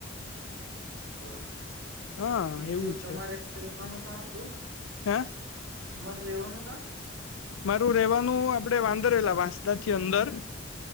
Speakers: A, on the right; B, on the left.
A: હ
B: હા
A: બીજું
B: એવું
A: તમારે
B: છે
A: રેવાનું કા હતું?
B: હે
A: તમારે રેવોનું કાં?
B: મારું રેવાનું આપડે વાંદરવેલા વાંસદા થી અંદર